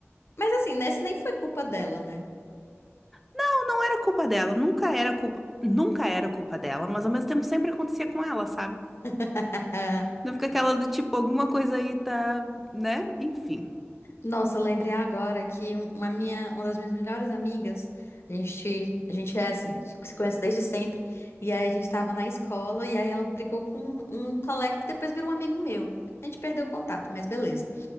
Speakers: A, on the left (about 60°); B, in the centre.
A: Mas assim, né? Isso nem foi culpa dela, né?
B: Não, não era culpa dela. Nunca era culpa. Nunca era culpa dela, mas ao mesmo tempo sempre acontecia com ela, sabe?
A: <laughs>
B: Não fica aquela do tipo, alguma coisa aí tá, né? Enfim.
A: Nossa, eu lembrei agora que um- uma minha, uma das minhas melhores amigas, a gente, a gente é assim, se conhece desde sempre, e aí a gente tava na escola, e aí ela brigou com um um colega que depois virou um amigo meu. A gente perdeu o contato, mas beleza.